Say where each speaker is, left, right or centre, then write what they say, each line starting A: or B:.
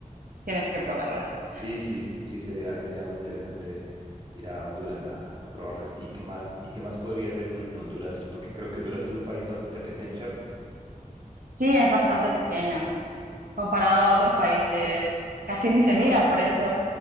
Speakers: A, on the right; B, on the right.
A: tienes que probarlas.
B: Sí, sí, sí, sería, sería muy interesante ir a Honduras a, a probarlas. ¿Y qué más, y qué más podría hacer uno en Honduras? Porque creo que Honduras es un país bastante pequeño, ¿cierto?
A: Sí, es bastante pequeño comparado a otros países, casi ni se mira, por eso